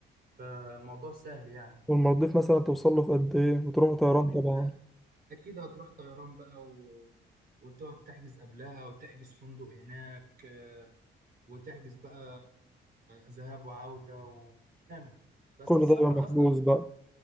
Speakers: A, on the right (about 50°); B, in the centre.
A: فالموضوع سهل يعني
B: والمالديف مثلا توصل له في قد إيه وتروحوا طيران
A: المالديف
B: طبعا
A: اكيد هتروح طيران بقى و... وتقعد تحجز قبلها وتحجز فندق هناك آه، وتحجز بقى ذهاب وعودة و- فاهم بس
B: كل
A: السفر
B: ده يبقى محجوز
A: اصلا
B: بقى